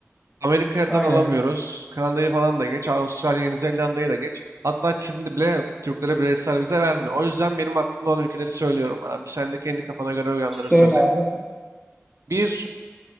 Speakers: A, on the right; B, in the centre.
A: Amerika'dan
B: Aynen.
A: alamıyoruz. Kanada'yı falan da geç. Avustralya, Yeni Zelanda'yı da geç. Hatta Çin'de bile Türklere bireysel vize vermiyor. O yüzden benim aklımda olan ülkeleri söylüyorum. Abi sen de kendi kafana göre uyanları
B: Şöyle
A: söyle.
B: abi.
A: Bir,